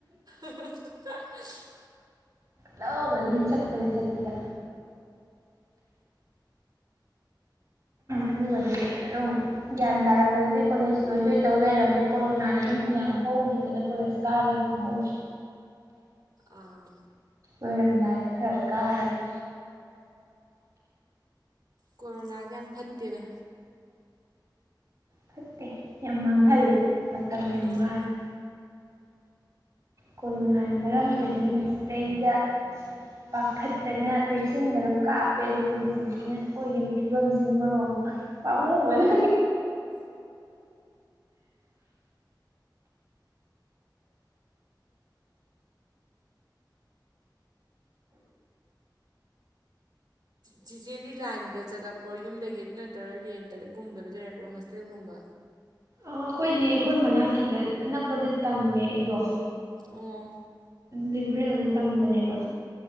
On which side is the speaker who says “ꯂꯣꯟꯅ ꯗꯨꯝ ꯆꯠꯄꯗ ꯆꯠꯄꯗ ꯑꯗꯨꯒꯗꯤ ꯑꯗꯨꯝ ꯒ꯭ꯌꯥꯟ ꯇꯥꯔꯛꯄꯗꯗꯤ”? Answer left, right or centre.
Right